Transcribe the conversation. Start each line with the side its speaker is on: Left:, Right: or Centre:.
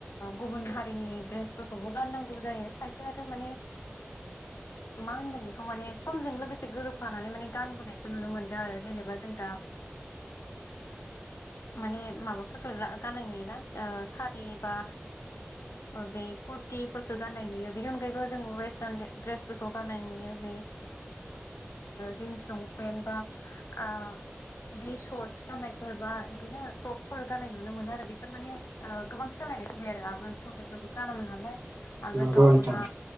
Left: गुबुन हारिनि द्रेस द्रेसफोरखौबो गाननांगौ जायो खायसे आरो माने मा होनगोन बेखौ माने समजों लोगोसे गोरोबफानानै माने गानबोनायखौ नुनो मोनदों आरो जेनेबा जों दा
Right: <inaudible>
Left: माने माबाफोरखौ गाननाय नुयोना सारि बा बे कुरटिफोरखौ गाननाय नुयो बेनि अनगायैबो जों वेस्टार्न ड्रेसफोरखौ गाननाय नुयो बे जिन्स लंपेन बा आ बे सर्टस गाननायफोर बा बिदिनो टपफोर गाननाय नुनो मोनो आरो बेफोर माने गोबां सो लायनायखौ बेफोरखौ गानोमोन नालाय आगोल
Right: नंगौ
Left: दख'ना
Right: नोंथां